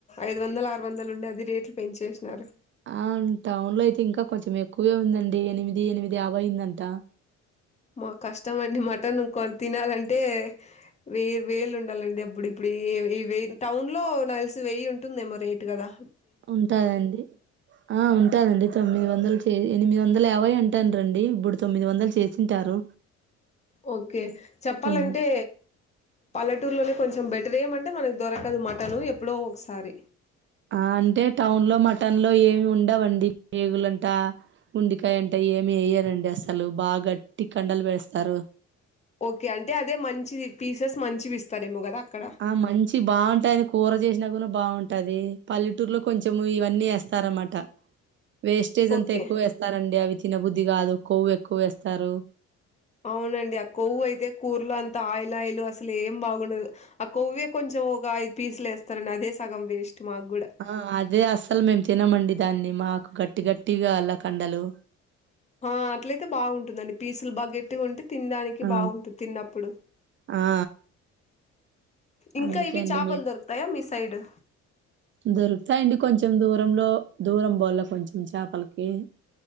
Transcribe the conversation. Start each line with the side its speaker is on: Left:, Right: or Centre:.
Left: ఐదు వందలు ఆరు వందలు ఉండే అది రేట్లు పెంచేసినారు
Right: ఆ టౌన్ లో అయితే ఇంకా కొంచెం ఎక్కువే ఉందండి ఎనిమిది ఎనిమిది యాభై ఉందంట
Left: <unintelligible> మటన్ కొన్ని తినాలంటే వే వేలు ఉండాలండి అప్పుడు ఇప్పుడు ఎ ఎ వెన్ టౌన్లో నా దెల్సి వెయ్యి ఉంటుందేమో రేటు గదా
Right: ఉంటాదండి. ఆ ఉంటాదండి తొమ్మిది వందలు చే ఎనిమిది వందలు యాభై అంటండ్రి అండి ఇబ్బుడు తొమ్మిది వందలు చేచింటారు
Left: ఓకే చెప్పాలంటే.
Right: హ్మ్
Left: పల్లెటూర్లోనే కొంచెం బెటర్ ఏమంటే మనక్ దొరకదు మటను ఎప్పుడో ఒక్సారి
Right: ఆ అంటే టౌన్లో మటన్లో ఏమి ఉండవండి పేగులంతా ఉండకాయ అంటే ఏమి వయ్యారండి అసలు బా గట్టి కండలు బెన్స్ స్తారు.
Left: ఓకే అంటే అదే మంచిది పీసెస్ మంచివి ఇస్తారేమో గదా అక్కడ
Right: ఆ మంచి బావూంటాయని కొర జేస్నా గూన బావూంటది పల్లెటూర్లో కొంచము ఇవన్నీ ఎస్తార్ అన్మాట
Left: <inaudible>
Right: వేస్టేజ్
Left: ఓకే
Right: అంతా ఎక్వ ఎస్తారండి అవి తన్నబుద్ధి గాదు కొవ్వు ఎక్కువేస్తారు.
Left: అవునండి ఆ కొవ్వు ఐతే కూర్లో అంత ఆయిలాయిలు అసలు ఏం బాగుండదు ఆ కొవ్వే కొంచం ఒగ ఐదు పీసులు ఎస్తారండి అదే సగం వేస్టు మా గుడ
Right: ఆ అదే అస్సలు మేం తినమండి దాన్ని మాకు గట్టి గట్టిగా గల్ల కండలు
Left: ఆ అట్లతైబావూంటుందండి పీసులు బా గట్టిగుంటే తిన్దనికి
Right: ఆ
Left: బావూంటుంది తిన్నప్పుడు
Right: ఆ
Left: ఇంకా
Right: అందుకే
Left: ఇవి
Right: అండి
Left: చాపల్ దొరుక్తాయా మీ సైడు
Right: దొరుక్తాయండి కొంచం దూరంలో దూరం బొల్ల కొంచెం చాపల్కి